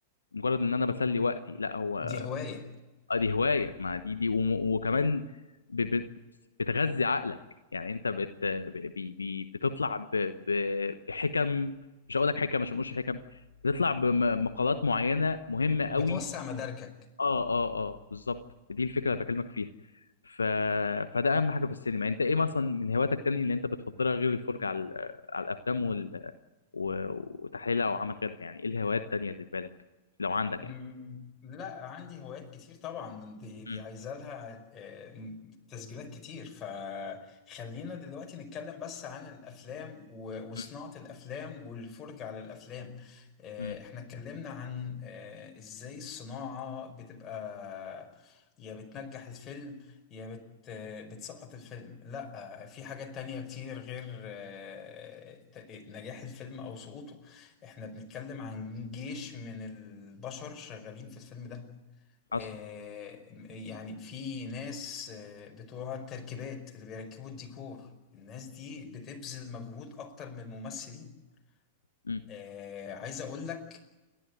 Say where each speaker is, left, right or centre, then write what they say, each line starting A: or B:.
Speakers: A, on the left (about 90°); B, on the left (about 30°).
A: مجرد ان انا بسلي وقتي لا هو
B: دي هواية
A: اه دي هوايه ما دي دي وم- وكمان ب- ب- بتغذي عقلك يعني انت بت ب- بي- بي- بتطلع ب- ب- بحكم مش هقول لك حكم عشان ما اقولش حكم بتطلع بمقالات معينه مهمه
B: بتوسع
A: قوي
B: مداركك
A: اه اه اه بالظبط دي الفكره اللي بكلمك فيها ف... فده اهم حاجه في السينما انت ايه مثلا من هواياتك تاني اللي انت بتفضلها غير الفرجه على ال- على الافلام وال... و... وتحليلها او عمل غيرها يعني ايه الهوايات التانيه اللي في بالك لو عندك
B: مم،
A: يعني
B: لا عندي هوايات كتير طبعا دي دي
A: امم
B: عايزه لها آه، تسجيلات كتير فخلينا دلوقتي نتكلم بس عن الافلام و- وصناعه
A: امم
B: الافلام والفرجه على الافلام آه،
A: امم،
B: احنا اتكلمنا عن آه، ازاي الصناعه بتبقى يا بتنجح الفيلم يا بت آه، بتسقط الفيلم لا آه، في حاجات تانية كتير غير آه، ت- نجاح الفيلم او سقوطه احنا بنتكلم عن جيش من البشر شغالين في الفيلم ده آه،
A: حصل
B: يعني في ناس آه، بتوع التركيبات اللي بيركبوا الديكور الناس دي بتبذل مجهود اكتر من الممثلين
A: مم.
B: آه، عايز اقول لك